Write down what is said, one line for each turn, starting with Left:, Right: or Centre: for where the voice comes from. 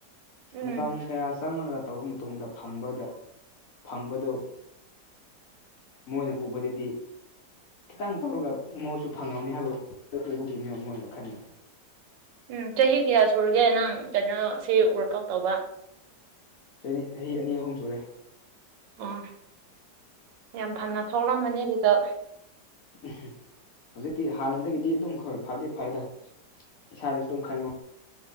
Right: ꯎꯝ
Left: ꯃꯇꯝ ꯀꯌꯥ ꯆꯪꯂꯒ ꯇꯧꯕ ꯃꯇꯨꯡꯗ ꯐꯪꯕꯗ ꯐꯪꯕꯗꯨ ꯃꯣꯏꯅ ꯎꯕꯗꯗꯤ ꯈꯤꯇꯪ ꯇꯧꯔꯒ ꯃꯣꯏꯁꯨ ꯐꯪꯉꯝꯅꯤ ꯍꯥꯏꯕꯩ ꯎꯕꯒꯤꯅꯦ ꯃꯣꯏ ꯋꯥꯈꯟꯗ
Right: ꯎꯝ ꯆꯍꯤ ꯀꯌꯥ ꯁꯨꯔꯒꯦ ꯅꯪ ꯀꯩꯅꯣ ꯁꯤ ꯋꯥꯛꯑꯥꯎꯠ ꯇꯧꯕ
Left: ꯆꯍꯤ ꯑꯍꯤ ꯑꯅꯤ ꯑꯍꯨꯝ ꯁꯨꯔꯦ
Right: ꯑꯣ ꯌꯥꯝ ꯐꯅ ꯊꯣꯛꯂꯝꯃꯅꯤ ꯔꯤꯖꯜ
Left: ꯎꯝ ꯍꯧꯖꯤꯛꯇꯤ ꯍꯥꯟꯅꯗꯒꯤꯗꯤ ꯑꯗꯨꯝ ꯍꯣꯏ ꯐꯗꯤ ꯐꯩꯌꯦꯗ ꯏꯁꯥꯁꯨ ꯑꯗꯨꯝ ꯈꯔꯥ